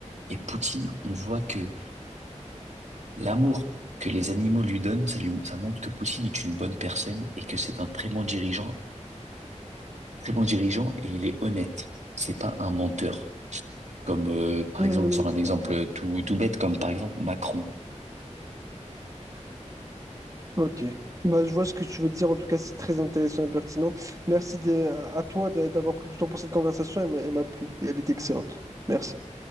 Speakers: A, on the right; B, on the right.
A: Et Poutine, on voit que L'amour que les animaux lui donnent, ça lui- ça montre que Poutine est une bonne personne et que c'est un très bon dirigeant, très bon dirigeant et il est honnête. C'est pas un menteur. Comme euh, par
B: Mm.
A: exemple, je sors un exemple tout, tout bête, comme par exemple Macron.
B: Ok. Bah, je vois ce que tu veux dire. En tout cas, c'est très intéressant et pertinent. Merci de- à toi de- d'avoir pris du temps pour cette conversation. Elle m'a elle m'a plu et elle est excellente. Merci.